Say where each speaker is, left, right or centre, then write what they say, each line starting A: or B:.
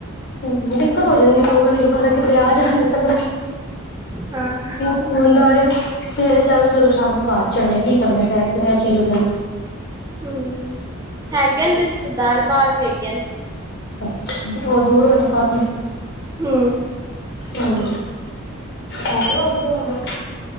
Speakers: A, on the left; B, on the right.
A: ਹਮ ਦਿੱਕਤ ਹੋ ਜਾਂਦੀ ਲੋਕਲ ਇਚ ਬੰਦਾ ਕਿਧਰੇ ਆ ਜਾ ਨੀ ਸਕਦਾ।
B: ਹਾਂ
A: ਹ ਹੁੰਦਾ ਵੇ ਸਵੇਰੇ ਜਾਵੇ ਚਲੋ ਸ਼ਾਮੀ ਕਾਰ ਚੱਲਨੇ ਕੀ ਕਰਨਾ ਬਹਿ ਕੇ ਇਹ ਚੀਜ਼ ਹੋ ਜਾ
B: ਹਮ ਹੈਗੇ ਰਿਸ਼ਤੇਦਾਰ ਬਾਹਰ ਵੀ ਹੈਗੇ।
A: ਅੱ ਉਹ ਦੂਰ ਹੋਣੇ ਕਾਫੀ।
B: ਹਮ।
A: ਹਮ ਹੋ ਗਿਆ ਹੋਲੀਡੇ ਹੋਮਵਰਕ?